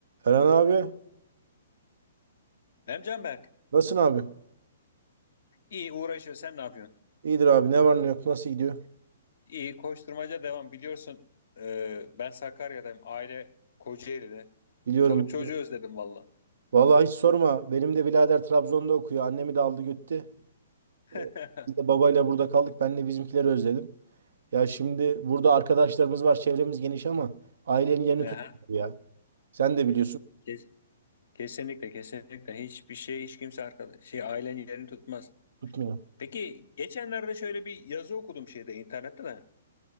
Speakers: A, on the right; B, on the left.
A: Eren abi,
B: Emcan Berk,
A: nasılsın abi?
B: iyi uğraşıyor. Sen ne yapıyorsun?
A: İyidir abi, ne var ne yok, nasıl gidiyor?
B: İyi koşturmaca devam. Biliyorsun e, ben Sakarya'dayım. Aile Kocaeli'de.
A: Biliyorum.
B: Çoluk çocuğu
A: biliyorum.
B: özledim valla.
A: Vallahi hiç sorma, benim de birader Trabzon'da okuyor, annemi de aldı gitti.
B: <laughs>
A: Ee,
B: Hı
A: Biz de babayla burada kaldık, ben de bizimkileri özledim. Ya şimdi burada arkadaşlarımız var, çevremiz geniş ama ailenin yerini
B: hı.
A: tutmuyor ya. Sen de biliyorsun,
B: Kes- Kesinlikle kesinlikle hiçbir şey hiç kimse arkadaş şey ailenin yerini tutmaz.
A: tutmuyor.
B: Peki geçenlerde şöyle bir yazı okudum şeyde internette de